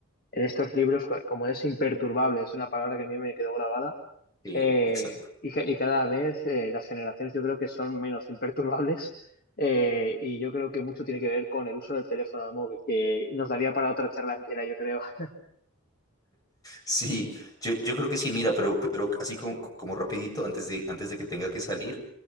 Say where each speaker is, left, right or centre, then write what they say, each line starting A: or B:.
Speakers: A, on the left; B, on the left.
A: en estos libros, co- como es imperturbable, es una palabra que a mí me quedó grabada,
B: Sí,
A: eh,
B: exacto.
A: y, ca- y cada vez eh, las generaciones yo creo que son menos imperturbables, eh, y yo creo que mucho tiene que ver con el uso del teléfono móvil, que nos daría para otra charla entera, yo creo. <laughs>
B: Sí, yo, yo creo que sí, mira, pero, pero así como, como rapidito, antes de, antes de que tenga que salir,